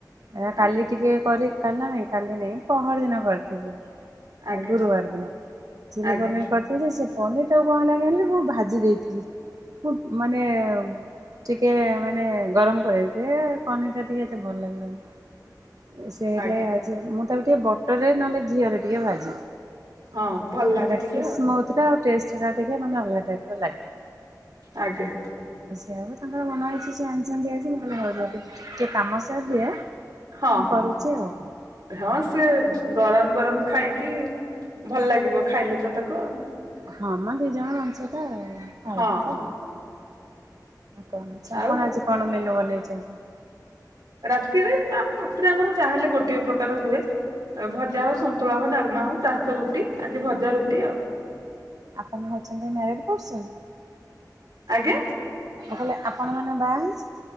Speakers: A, on the right; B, on the right.
A: ଏ କାଲି
B: ଆଜ୍ଞା
A: ଟିକେ କରି କାଲି ନା ନାଇଁ କାଲି ନାଇଁ ପହରି ଦିନ କରିଥିଲି। ଆ
B: ଆଜ୍ଞା
A: ଗୁରୁବାର ଦିନ ଚି଼ଲ୍ଲୀ
B: ଆଜ୍ଞା
A: ପନିର କରି ତ ସେ ପନିର ଟାକୁ କଣ ହେଲା କହିଲେ ମୁଁ ଭାଜି ଦେଇଥିଲି। ମାନେ ଟିକେ ମାନେ ଗରମ କରି ସେ ପନିର ଟା ଟିକେ ଏତେ ଭଲ ଲାଗିବନି। ସେଇଥି
B: ଆଜ୍ଞା
A: ଲାଗି ଆଜି ମୁଁ ତାକୁ ଟିକେ ବଟରରେ ନହେଲେ ଘିଅରେ ଟିକେ ଭାଜେ।
B: ହଁ ଭଲ ଲାଗେ
A: ହେରା ଟିକିଏ
B: ସେ ଆଉ
A: ସୁମଥୁରା ଟେଷ୍ଟଟା ଟିକିଏ ମାନେ ଅଲଗା ଟାଇପ ର ଲାଗେ।
B: ଆଜ୍ଞା।
A: ସେଆପା ତାଙ୍କର ମନହେଇଛି ସିଏ ଆଣିଛନ୍ତି ଆଜି ମୁଁ କହିଲି ହଉରୁହ ଟିକିଏ କାମ ସାରିଦିଏ।
B: ହଁ
A: ମୁଁ
B: ହଁ।
A: କରୁଛି ଆଉ
B: ହଁ ସିଏ ଗରମ ଗରମ ଖାଇକି ଭଲ ଲାଗିବ ଖାଇଲେ ତ ତାକୁ ଆଉ।
A: ହଁ ମ ଦି ଜଣ ମଣିଷ ତ ଖାଇବୁ
B: ହଁ
A: ତ।
B: ହଁ
A: କଣ ଅଛି ଆପଣ
B: ଆଉ
A: ଆଜି କଣ ମେନୁ ବନେଇଛନ୍ତି
B: ରାତିରେ ନା ରାତିରେ ଆମର ଯାହାହେଲେ ଗୋଟିଏ ପ୍ରକାର ହୁଏ ଆ ଭଜା ହଉ ସନ୍ତୁଳା ହଉ ଡାଲମା ହଉ ତା ସହିତ ରୁଟି ଆଜି ଭଜା ରୁଟି ଆଉ
A: ଆପଣ ହେଉଛନ୍ତି ମ୍ୟାରଡ଼୍ ପରସନ୍
B: ଆଜ୍ଞା
A: ମୁଁ କହିଲେ ଆପଣ ମାନେ ବାହେଶ୍